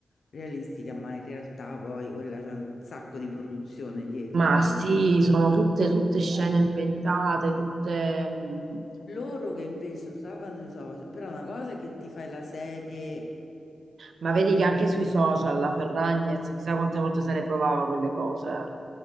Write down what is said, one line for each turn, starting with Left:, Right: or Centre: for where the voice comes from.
Left: realistica, ma in realtà poi quella c'è un sacco di produzione dietro,
Right: Ma
Left: capito?
Right: sì, sono tutte, tutte scene
Left: Eh,
Right: inventate, tutte... mm,
Left: Loro che invece usavano i social, però una cosa è che ti fai la serie
Right: Ma vedi
Left: che
Right: che anche
Left: rialza,
Right: sui social la Ferragnez chissà quante volte se le provava quelle cose.